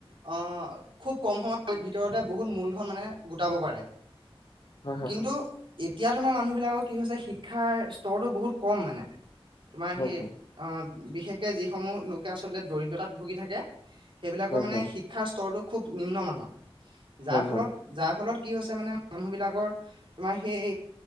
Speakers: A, on the right; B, on the left.
A: আহ খুব কম সময় ভিতৰতে বহুত মূলধন মানে গোটাব পাৰে।
B: হয় হয় হয় হয় হয় হয়
A: কিন্তু এতিয়া তোমাৰ মানুহ বিলাকৰ কি হৈছে শিক্ষা শিক্ষাৰ স্তৰটো বহুত কম মানে তোমাৰ
B: হয়
A: সেই বিশেষকে যিসমূহ লোকে আচলতে দৰিদ্ৰতাত ভুগি থাকে, সেইবিলাকৰ মানে
B: হয় হয় হয় হয় হয়
A: শিক্ষাৰ স্তৰতো খুব নিম্নমানৰ। যাৰ
B: হয় হয়
A: ফলত
B: হয়
A: যাৰ ফলত কি হৈছে মানে মানুহবিলাকৰ তোমাৰ সেই